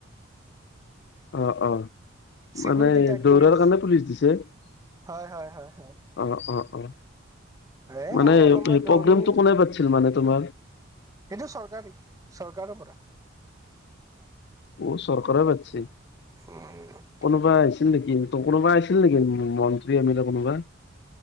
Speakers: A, on the left; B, on the right.
A: অ অ
B: চিকিউৰিটি
A: মানে
B: টাইট
A: দৌৰাৰ
B: কৰি দিছে
A: কাৰণে পুলিচ দিছে
B: হয় হয় হয় হয়
A: অ অ অ
B: এ
A: মানে
B: মই
A: সেই
B: অলপমান দৌৰো
A: প্ৰগ্ৰেমটো কোনে পা পাতিছিল মানে তোমাৰ
B: সেইটো চৰকাৰী চৰকাৰৰ পৰা
A: অ চৰকাৰে পাতচে
B: উম
A: কোনোবা আহিছিল নেকি ত কোনোবা আছিল নেকি মন্ত্ৰী এম লে কোনোবা